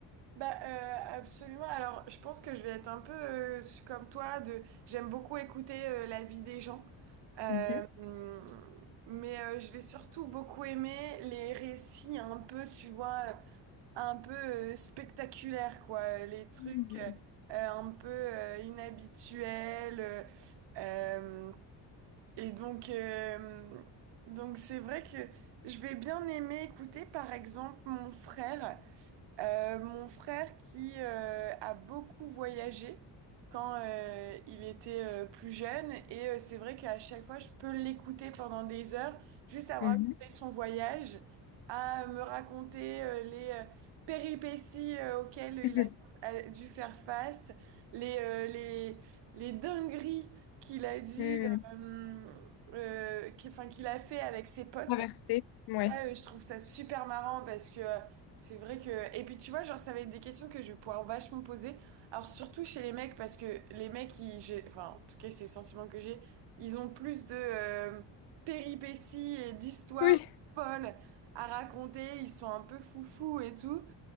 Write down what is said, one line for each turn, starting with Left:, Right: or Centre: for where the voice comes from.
Right: Bah, euh, absolument. Alors, je pense que je vais être un peu euh, su- comme toi, de j'aime beaucoup écouter euh, la vie des gens. Euh,
Left: Mhm.
Right: hum, mais euh, je vais surtout beaucoup aimer les récits un peu, tu vois, un peu euh, spectaculaires, quoi. Les trucs
Left: Mhm.
Right: euh, un peu euh, inhabituels. euh, euh, et donc, euh, donc c'est vrai que je vais bien aimer écouter, par exemple, mon frère. Euh, mon frère qui euh, a beaucoup voyagé quand euh, il était euh, plus jeune et euh, c'est vrai qu'à chaque fois je peux l'écouter pendant des heures juste à
Left: Mhm.
Right: me raconter son voyage, à me raconter euh, les euh, péripéties euh, auxquelles
Left: <laughs>
Right: il a, a dû faire face, les, euh, les, les dingueries qu'il a dû,
Left: Hmm,
Right: euh, euh, qu'il, enfin, qu'il a fait avec ses potes.
Left: Traversée, ouais.
Right: Ça, euh, je trouve ça super marrant parce que euh, c'est vrai que... Et puis tu vois, genre, ça va être des questions que je vais pouvoir vachement poser. Alors surtout chez les mecs, parce que les mecs, ils... j'ai- Enfin, en tout cas, c'est le sentiment que j'ai. Ils ont plus de euh, péripéties et d'histoires
Left: Oui.
Right: folles à raconter. Ils sont un peu foufous et tout.